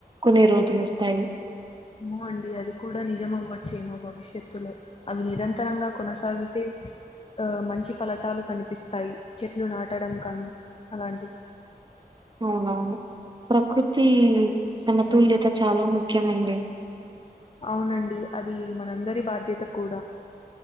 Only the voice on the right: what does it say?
కొనే రోజులు ఒస్తాయి.
అవునవును ప్రకృతీ సమతుల్యత చాలా ముఖ్యమండి